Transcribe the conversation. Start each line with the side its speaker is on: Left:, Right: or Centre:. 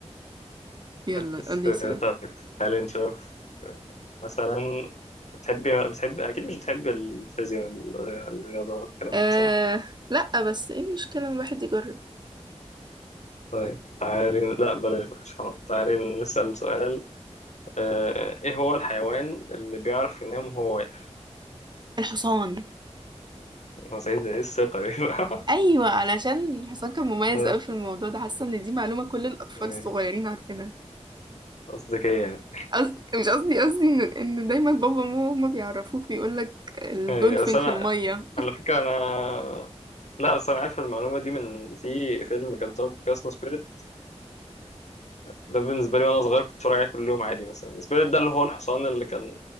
Right: يلا
Left: بس
Right: قولي سؤال
Left: طيب تعالي نشوف مثلا بتحبي بتحبي اكيد مش بتحبي الفيزياء والرياضه والكلام
Right: أه
Left: ده صح
Right: لا بس ايه المشكلة ان الواحد يجرب
Left: طيب تعالي لا بلاش بقى شراب تعالي نسأل سؤال آه، ايه هو الحيوان اللي بيعرف ينام وهو واقف
Right: الحصان
Left: أنا سعيد ايه الثقة دي بقى
Right: ايوه علشان الحصان كان مميز
Left: <laughs> آه،
Right: قوي في الموضوع ده حاسه ان دي معلومه كل الاطفال
Left: إيه،
Right: الصغيرين عارفينها
Left: قصدك ايه يعني
Right: قصد... مش قصدي قصدي ان ان دايما بابا وماما هما بيعرفوك بيقول لك الدولفين
Left: إيه، بس انا
Right: في الميه
Left: على فكرة انا لا بس انا عارف المعلومة دي من في فيلم كان طالع كده اسمه سبيريت ده بالنسبة لي وانا صغير كنت بتفرج عليه كل يوم عادي مثلا سبيريت ده اللي هو الحصان اللي كان